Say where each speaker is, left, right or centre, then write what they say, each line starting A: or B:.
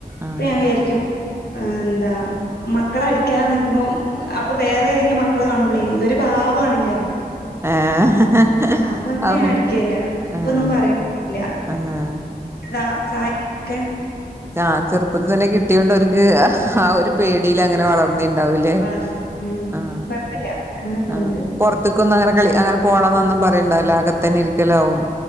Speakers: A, on the left; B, on the right.
A: ഇപ്പ
B: ആഹ്
A: ഞാൻ വിചാരിക്കും ആ എന്താ മക്കള അടിക്കാതെ നിക്കുമ്പം അപ്പൊ വേറെ ഏതെങ്കിലും മക്കള് കാണുമ്പോളേ ഇവര് പാവാണ് വിചാരിക്കും
B: ഏഹ്
A: അപ്പൊ ഇപ്പെ
B: അഹ്
A: ഞാനടിക്കേല്ല ഇപ്പൊന്നും
B: ആഹ്
A: പറയേ ല്ല
B: ആഹ്
A: സ സായിക്കൊക്കെ
B: ആ ചെറുപ്പത്തി തന്നെ കിട്ടിയൊണ്ട് ഓര്ക്ക് ആ ആ ഒരു പേടില് അങ്ങനെ വളർന്നീണ്ടാവൂല്ലേ
A: വളർന്നു ഉം
B: ആ
A: കൊഴപ്പല്ല അങ്ങനെ പോവ്ണ്ട്
B: ആ പുറത്തക്കൊന്നങ്ങനെ ളി അങ്ങനെ പോകണംന്നൊന്നും പറയണ്ടാവില്ല അകത്തന്നെ ഇരിക്കലാവും